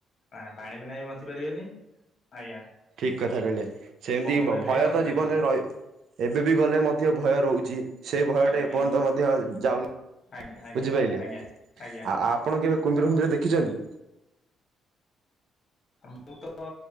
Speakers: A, on the left (about 50°); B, on the right (about 70°).
A: ନା ପାଣି ବିନା ବି ବଞ୍ଚି ପାରିବେନି। ଆଜ୍ଞା।
B: ଠିକ୍ କଥା କହିଲେ ସେମିତି
A: ପବନ ବିନା
B: ଭୟ
A: ବି ବଞ୍ଚି
B: ତ
A: ପାରିବେନି
B: ଜୀବନରେ ରହି ଏବେ ବି ଗଲେ ମଧ୍ୟ ଭୟ ରହୁଛି। ସେଇ ଭୟଟା
A: ଆଜ୍ଞା
B: ଏପର୍ଯ୍ୟନ୍ତ
A: ଆଜ୍ଞା
B: ମଧ୍ୟ ଯାଉନି
A: ଆଜ୍ଞା ଆଜ୍ଞା
B: ବୁଝିପାଇଲେ
A: ଆଜ୍ଞା ଆଜ୍ଞା
B: ଆ ଆପଣ କେବେ କୁମ୍ଭିର ଫୁମ୍ଭିର ଦେଖିଛନ୍ତି?
A: ମୁଁ ତ